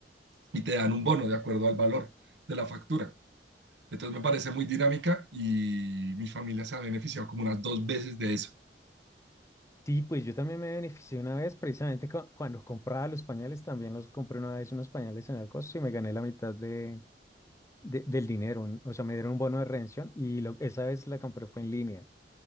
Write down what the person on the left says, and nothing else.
Sí, pues yo también me beneficié una vez, precisamente cu- cuando compraba los pañales, también los compré una vez unos pañales en Alcosto y me gané la mitad de, de- del dinero, un- o sea, me dieron un bono de redención y lo, esa vez la compré fue en línea.